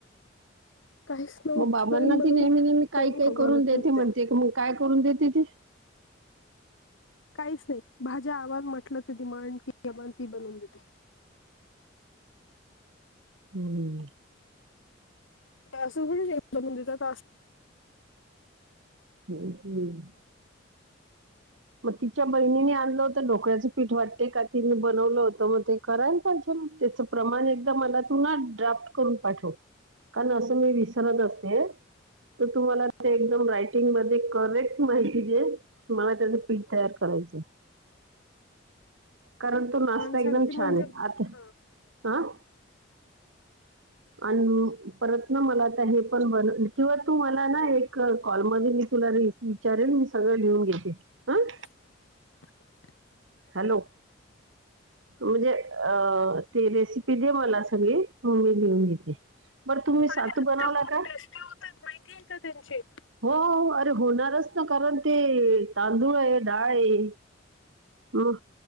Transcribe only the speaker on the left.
काहीच नव
नवीन बनवून
खाऊ
घालत
नव्हते
काहीच नाही. भाज्या आवाग म्हटलं त दिमाड कीमन ती बनवून देते.
असं होईल एक - दोन दिवसात असत.
<inaudible>
मान
सांगते म्हणजे
हा.
<inaudible>
अरे
आता
खूप
टेस्टी होतात माहितीये का त्यांचे